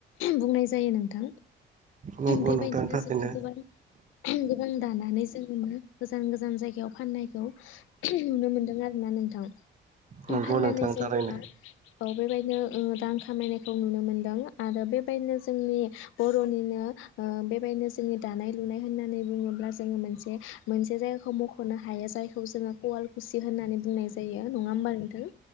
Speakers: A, on the left; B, on the right.
A: बुंनाय जायो नोंथां।
B: नंगौ
A: बेबायदिनो
B: नोंथां थारैनो
A: जोङो गोबां गोबां दानानै जोङो मा गोजान गोजान जायगायाव फाननायखौ नुनो मोनदों आरो ना नोंथां।
B: नंगौ
A: फाननानै
B: नोंथां
A: जोंङो
B: थारैनो
A: मा। बेबायदिनो ओ रां खामायनायखौ नुनो मोन्दों आरो बेबायदिनो जोंनि बर'निनो ओ बेबायदिनो जोङो दानाय लुनाय होननानै बुङोब्ला जोङो मोनसे मोनसे जायगाखौ मख'नो हायो जायखौ जोङो कवालकुसि होननानै बुंनाय जायो नङा होमबा नोंथां?